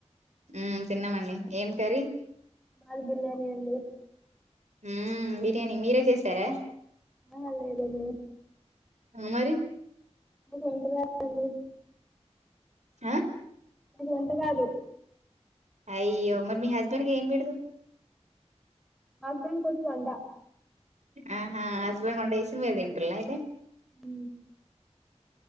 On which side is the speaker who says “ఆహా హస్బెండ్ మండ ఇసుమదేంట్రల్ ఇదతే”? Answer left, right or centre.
Right